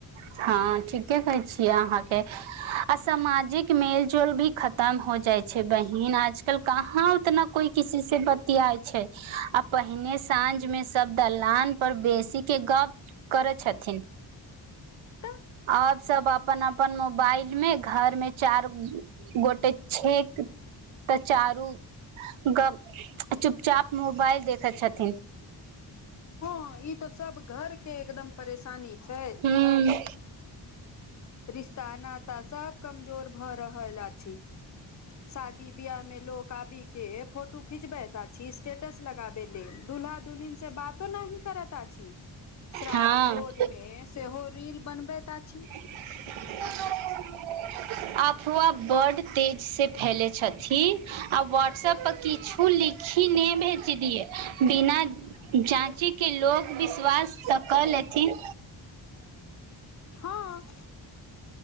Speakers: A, on the right; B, on the left.
A: हाँ ठीके कहै छियै अहाँ के अऽ सामाजिक मेल जोल भी खतम हो जाई छै बहिन आजकल कहाँ उतना कोई किसी से बतियाय छै आ पहिने साँझ में सब दलान पर बेसी के गप करै छथिन
B: तऽ
A: आब सब अपन अपन मोबाइल में घर मे चार गोटे छेक तऽ चारू ग चुप चाप मोबाइल देखैत छथिन
B: हाँ ई तऽ सब घर के एकदम परेशानी छै
A: हूँ
B: रिश्ता नाता सब कमजोर भऽ रहल आछी शादी बिहाह में लोक आबी के फोटो खिचबै तऽ आछी स्टेटस लगाबे लेल दुल्हा दुलहिन से बातो नाही करत आछी श्राद्ध
A: हँ
B: भोज में से हो रील बनबैत अछि
A: <unintelligible> अफवाह बड़ तेज से फैले छथिन आ व्हाट्सऐप पर किछु लिख खी नहि भेज दियै बिना जाँची के लोक विश्वास तऽ कऽ लेथिन
B: हँ